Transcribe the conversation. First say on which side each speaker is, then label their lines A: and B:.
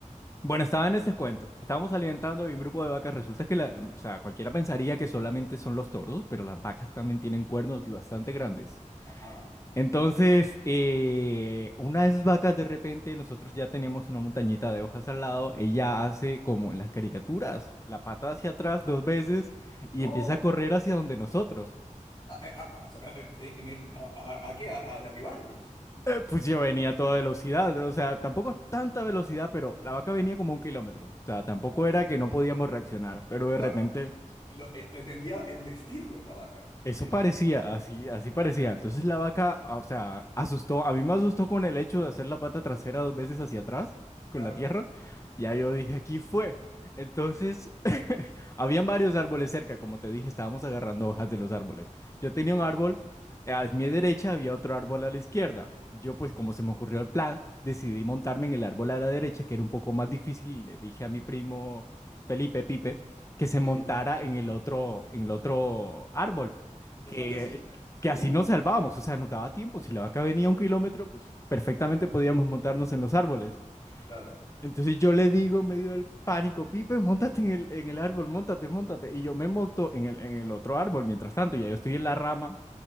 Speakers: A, on the left; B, on the left.
A: bueno, estaba en ese cuento. Estábamos alimentando y un grupo de vacas. Resulta que la, o sea, cualquiera pensaría que solamente son los toros, pero las vacas también tienen cuernos y bastante grandes.
B: Ajá.
A: Entonces, eh, una de esas vacas de repente, nosotros ya teníamos una montañita de hojas al lado, ella hace como en las caricaturas, la pata hacia atrás dos veces y
B: No.
A: empieza a correr hacia donde nosotros.
B: ¿A, a- a- a- en- en- eh, a- a- ¿a qué? ¿A, a derribarlos?
A: Eh, Pues yo venía a toda velocidad, o sea, tampoco tanta velocidad, pero la vaca venía como un kilómetro, o sea, tampoco
B: Claro.
A: era que no podíamos reaccionar, pero de
B: No,
A: repente
B: pero lo- eh, pretendía embestirlos la vaca,
A: Eso
B: ¿sí?
A: parecía, así, así parecía. Entonces la vaca, ah, o sea, asustó. A mí me asustó con el hecho de hacer la pata trasera dos veces hacia atrás, con
B: Claro.
A: la tierra. Ya
B: Sí,
A: yo dije, aquí fue. Entonces, <laughs> habían varios árboles cerca. Como te dije, estábamos agarrando hojas de los árboles. Yo tenía
B: sí,
A: un árbol, eh, a mi derecha había otro árbol a la izquierda. Yo, pues, como se me ocurrió el plan, decidí montarme en el árbol a la derecha, que era un poco más difícil. y Le dije a mi primo Felipe Pipe que se
B: sí.
A: montara en el otro, en el otro árbol
B: No
A: que,
B: son decisiones de segundo.
A: que así nos salvábamos, o sea, nos daba tiempo,
B: Claro,
A: si la vaca venía un kilómetro, pues perfectamente podíamos montarnos en los árboles.
B: claro.
A: Entonces yo le digo en medio del pánico, Pipe, montate en el, en el árbol, montate, montate. Y yo me monto en el, en el otro árbol, mientras tanto, ya yo estoy en la rama